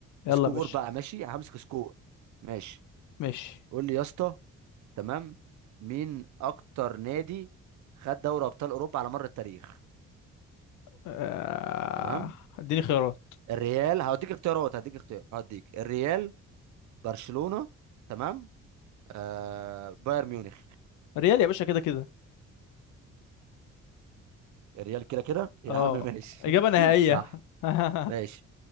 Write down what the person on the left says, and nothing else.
يلا
يا باشا
ماشي
آه،
اديني خيارات
ريال يا باشا كده كده
اه
اجابه
نهائيه
<laughs>